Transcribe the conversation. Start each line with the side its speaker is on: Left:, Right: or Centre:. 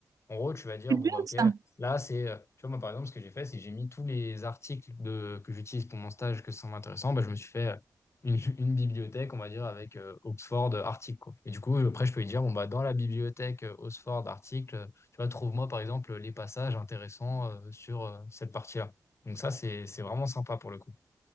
Left: En gros, tu vas dire,
Right: C'est
Left: bon,
Right: bien
Left: bah, OK,
Right: ça.
Left: là, c'est, euh, tu vois, moi, par exemple, ce que j'ai fait, c'est que j'ai mis tous les articles de, que j'utilise pour mon stage que ça m'intéressant. Bah, je me suis fait euh, une, une bibliothèque, on va dire, avec euh, Oxford euh, article, quoi. Et du coup, euh, après, je peux lui dire, bon, bah, dans la bibliothèque euh, Oxford article, euh, tu vois, trouve-moi, par exemple, les passages intéressants euh, sur euh, cette partie-là. Donc, ça, c'est, c'est vraiment sympa pour le coup.